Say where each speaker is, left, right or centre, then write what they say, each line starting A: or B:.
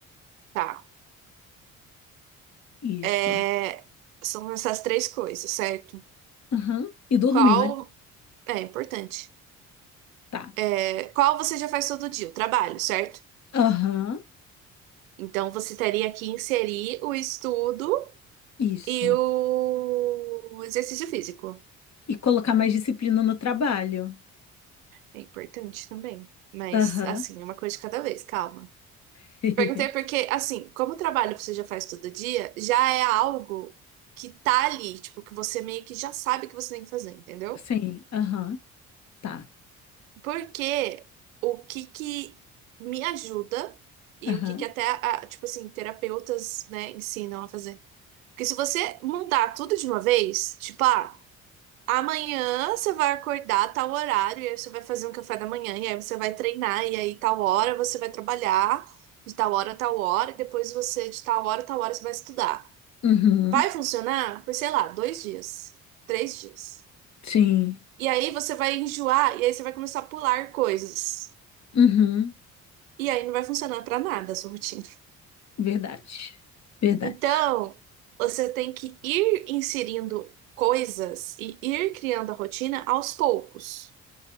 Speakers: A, on the right (about 75°); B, on the left (about 40°).
A: tá.
B: Isso.
A: É, são essas três coisas, certo?
B: Aham. E dormir,
A: Qual.
B: né?
A: É importante.
B: Tá.
A: É, qual você já faz todo dia? O trabalho, certo?
B: Aham.
A: Então, você teria que inserir o estudo
B: Isso.
A: e o exercício físico.
B: E colocar mais disciplina no trabalho.
A: É importante também. Mas,
B: Aham.
A: assim, uma coisa de cada vez, calma.
B: <laughs>
A: Perguntei porque, assim, como o trabalho você já faz todo dia, já é algo que tá ali, tipo, que você meio que já sabe que você tem que fazer, entendeu?
B: Sim, aham, tá,
A: Porque o que que me ajuda e
B: aham,
A: o que que até, a- tipo assim, terapeutas, né, ensinam a fazer. Porque se você mudar tudo de uma vez, tipo, ah, Amanhã você vai acordar a tal horário, e aí você vai fazer um café da manhã, e aí você vai treinar, e aí tal hora você vai trabalhar, de tal hora a tal hora, e depois você, de tal hora a tal hora, você vai estudar.
B: uhum,
A: Vai funcionar por, sei lá, dois dias, três dias.
B: sim,
A: E aí você vai enjoar, e aí você vai começar a pular coisas.
B: uhum,
A: E aí não vai funcionar pra nada a sua rotina.
B: verdade, verdade,
A: Então, você tem que ir inserindo coisas e ir criando a rotina aos poucos.